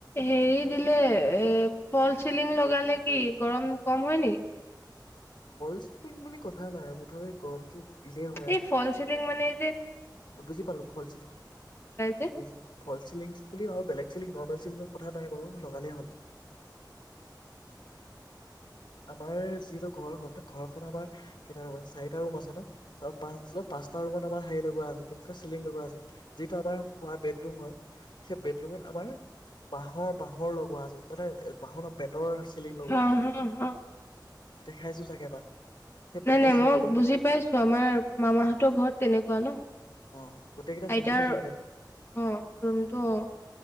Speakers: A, on the left (about 30°); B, on the left (about 75°).
A: হেৰি দিলে এ ফল চিলিং লগালে কি গৰম কম হয় নেকি?
B: ফল চিলিং বুলি কথা নাই মুঠতে গৰমটো দিলেই হয়
A: এই ফল চিলিং মানে এ
B: বুজি পালোঁ। ফল চিলিং
A: যে
B: বুলি ফল চিলিংচ বুলি আৰু বেলেগ চিলিং নৰ্মেলচ চিলিংৰ কথা নাই বাৰু লগালেই হ'ল। আমাৰ যিহেতু ঘৰখন ঘৰখন আমাৰ কেইটা ৰুম আছে চাৰিটা ৰুম আছে ন? চোৱা পাঁচশপাঁচটা ৰুমত আমাৰ হেৰি লগোৱা আছে কি বুলি কয় চিলিং লগোৱা আছে। যিটো আমাৰ খোৱা বেডৰুম হয়। সেই বেডৰুমত আমাৰ বাঁহৰ বাঁহৰ লগোৱা আছে মানে বাহঁৰ নহয় বেতৰ চিলিং লগোৱা
A: হা
B: আছে।
A: হা হা
B: দেখাইছোঁ চাগে এবাৰ সেই
A: নাই
B: বেতৰ
A: নাই
B: চিলিংখন
A: মই বুজি পাইছো আমাৰ মামাহঁতৰ
B: অ
A: ঘৰত তেনেকুৱা ন
B: অ গোটেইকেইটা চি-
A: আইতাৰ
B: সেইটো চি-
A: অ
B: সেই
A: ৰুমটো অ'